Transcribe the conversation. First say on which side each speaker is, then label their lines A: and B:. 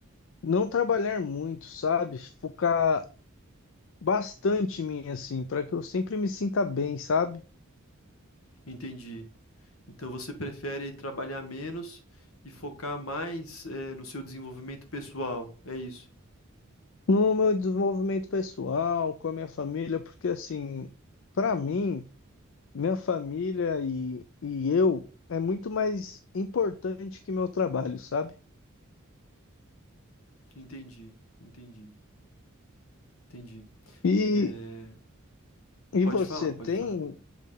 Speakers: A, on the left; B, on the left.
A: não trabalhar muito, sabe? Focar bastante em mim, assim, para que eu sempre me sinta bem, sabe?
B: Entendi. Então, você prefere trabalhar menos e focar mais eh, no seu desenvolvimento pessoal. É isso.
A: No meu desenvolvimento pessoal, com a minha família, porque assim, para mim, minha família e, e eu é muito mais importante que meu trabalho, sabe?
B: Entendi, entendi, entendi.
A: E,
B: Eh,
A: e
B: pode
A: você
B: falar, pode
A: tem,
B: falar.